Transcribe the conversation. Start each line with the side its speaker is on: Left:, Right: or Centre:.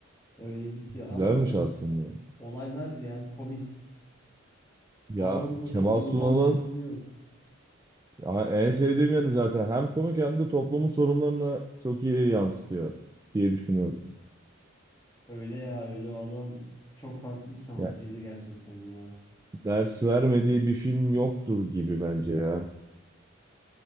Left: Öyle bitiyor ama
Right: Güzelmiş
Left: o-
Right: aslında.
Left: o- olaylar ya komik.
Right: Ya
Left: O adamın zaten
Right: Kemal
Left: komik
Right: Sunal'ın
Left: olmayan filmi yok.
Right: ya en sevdiğim yanı zaten hem komik hem de toplumun sorunlarını çok iyi yansıtıyor diye düşünüyorum.
Left: Öyle ya öyle o adam çok farklı bir sanatçıydı
Right: Ya
Left: gerçekten ya.
Right: ders vermediği bir film yoktur gibi bence ya.